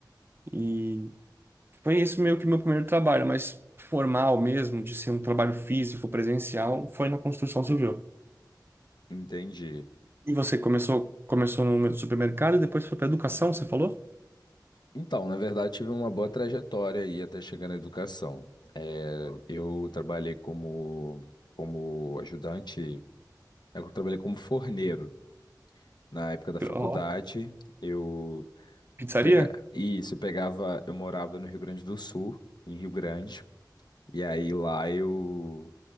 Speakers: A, on the right; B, on the left.
A: E foi isso meio que meu primeiro trabalho, mas formal mesmo, de ser um trabalho físico, presencial, foi na construção civil.
B: Entendi.
A: E você começou começou no supermercado e depois foi para educação, você falou?
B: Então, na verdade, tive uma boa trajetória aí até chegar na educação. Eh, eu trabalhei como, como ajudante, eu trabalhei como forneiro. Na época da faculdade,
A: Ó,
B: eu,
A: pizzaria?
B: eu pega... Isso, eu pegava, eu morava no Rio Grande do Sul, em Rio Grande, e aí lá eu,